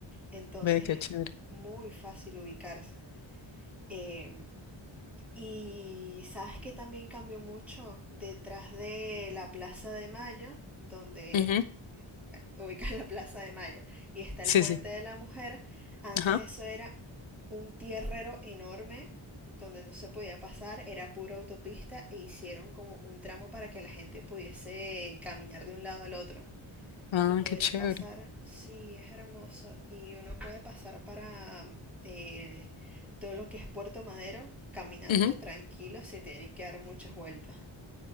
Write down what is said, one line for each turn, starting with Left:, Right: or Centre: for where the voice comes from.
Centre: Entonces
Left: Ve qué
Centre: es
Left: chévere.
Centre: muy fácil ubicarse. Em, Y sabes que también cambió mucho detrás de la Plaza de Mayo, donde,
Left: Ujú.
Centre: bueno, <laughs> ubican la Plaza de Mayo, y está
Left: Sí,
Centre: el Puente
Left: sí.
Centre: de la Mujer. Antes
Left: Ajá.
Centre: eso era un tierrero enorme donde no se podía pasar, era pura autopista e hicieron como un tramo para que la gente pudiese caminar de un lado al otro
Left: Ah,
Centre: y poder
Left: qué chévere.
Centre: pasar, sí, es hermoso. Y uno puede pasar para mm, eh, todo lo que es Puerto Madero caminando
Left: Ujú.
Centre: tranquilo sin tener que dar muchas vueltas.